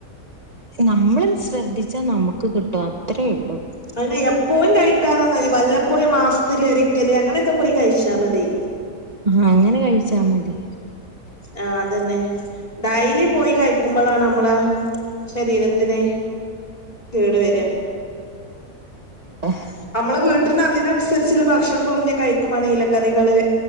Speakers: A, on the right; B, on the left.
A: നമ്മള് ശ്രദ്ധിച്ചാ നമ്ക്ക് കിട്ടും അത്രേള്ളു
B: അതന്നെ എപ്പോഴും കഴിക്കാതന്നാതി വല്ല പ്പോഴും മാസ്ത്തിലൊരിക്കല് അങ്ങനൊക്കെ പോയി കഴിച്ചാമതി
A: ആ അങ്ങനെ കഴിച്ചാ മതി
B: ആ അതെന്നെ ഡൈലി പോയി കഴിക്കുമ്പളാണ് അമ്മളാ ശരീരത്തിന് കേട് വരിക
A: ആഹ് അതെ
B: നമ്മള് വീട്ടിൽന്ന് അതിനൻസര്ച്ച്ള്ള ഭക്ഷണം പകുതിം കഴിക്കുമ്പാണേ ഇലക്കറികള്